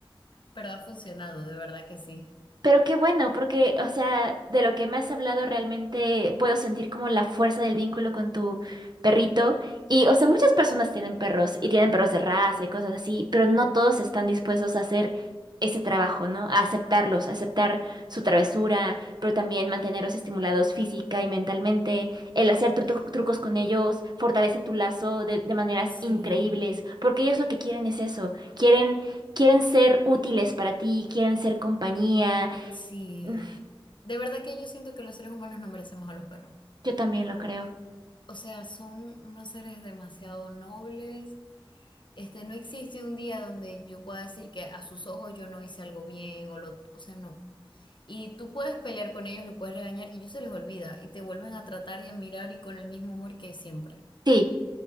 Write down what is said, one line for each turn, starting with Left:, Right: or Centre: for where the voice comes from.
Left: pero ha funcionado, de verdad que sí.
Right: Pero qué bueno, porque, o sea, de lo que me has hablado realmente puedo sentir como la fuerza del vínculo con tu perrito. Y, o sea, muchas personas tienen perros y tienen perros de raza y cosas así, pero no todos están dispuestos a hacer ese trabajo, ¿no? A aceptarlos, a aceptar su travesura, pero también mantenerlos estimulados física y mentalmente. El
Left: <laughs>
Right: hacer tru- trucos con ellos fortalece tu lazo de, de maneras
Left: Sí,
Right: increíbles, porque ellos lo que quieren es eso, quieren... Quieren ser útiles para ti, quieren ser compañía,
Left: Sí,
Right: Mm,
Left: de verdad que yo siento que los seres humanos no merecemos a los perros.
Right: Yo también lo creo.
Left: O sea, son unos seres demasiado nobles. Este, no existe un día donde yo pueda decir que a sus ojos yo no hice algo bien o lo, o sea, no. Y tú puedes pelear con ellos, los puedes regañar y a ellos se les olvida y te vuelven a tratar y a mirar y con el mismo amor que siempre.
Right: Sí,